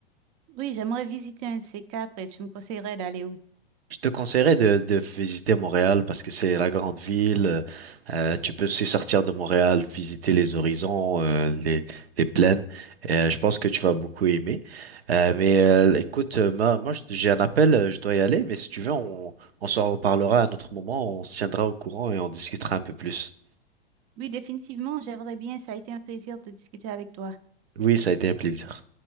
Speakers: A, on the right (about 35°); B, on the right (about 85°).
A: Oui, j'aimerais visiter un de ces quatre et tu me conseillerais d'aller où?
B: Je te conseillerais de, de visiter Montréal parce que c'est la grande ville. Euh, tu peux aussi sortir de Montréal, visiter les horizons, euh, les, les plaines. Euh, je pense que tu vas beaucoup aimer. Euh, mais euh, écoute, euh, ma- moi, je- j'ai un appel, euh, je dois y aller. Mais si tu veux, on, on s'en reparlera à un autre moment. On se tiendra au courant et on discutera un peu plus.
A: Oui, définitivement, j'aimerais bien. Ça a été un plaisir de discuter avec toi.
B: Oui, ça a été un plaisir.